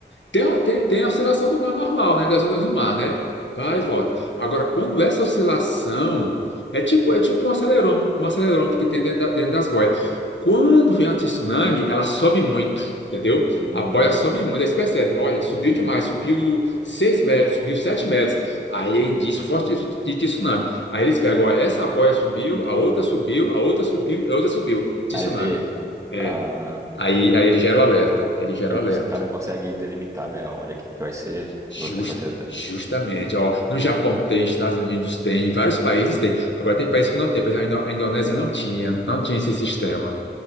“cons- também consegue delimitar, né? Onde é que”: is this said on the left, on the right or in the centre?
Right